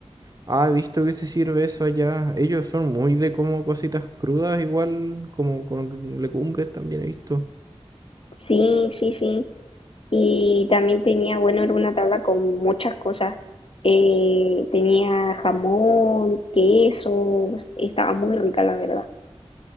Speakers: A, on the right (about 35°); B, on the left (about 55°).
A: Ah, he visto que se sirve eso allá. Ellos son muy de como cositas crudas, igual como con legumbres también he visto.
B: Sí, sí, sí. Y también tenía, bueno, era una tabla con muchas cosas. Eh, tenía jamón, quesos, estaba muy rica, la verdad.